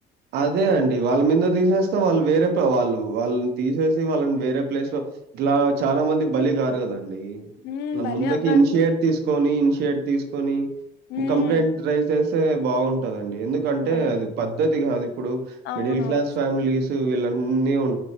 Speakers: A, on the right; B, on the left.
A: అదే అండి వాళ్ళ నిన్న తీసేస్తే వాళ్ళు వేరే వాళ్ళు వాళ్ళని తీసేసి వాళ్ళని వేరే ప్లేస్ లో ఇట్లా చాలా మంది బలి గారుగద అండి
B: హ్మ్
A: ఇలా
B: భలే
A: ముందకి
B: అవ్వారు
A: ఇనిషియేట్ తీసుకొని <unintelligible> తీసుకొని
B: హ్మ్
A: కంప్లెంట్ రైస్ చేస్ తే బాగుంటదండి ఎందుకంటే
B: అవును
A: అది పద్దతి కాదు ఇప్పుడు
B: అవునవును
A: మిడిల్ క్లాస్ ఫ్యామిలీస్ వెళ్ళన్నీ ఉం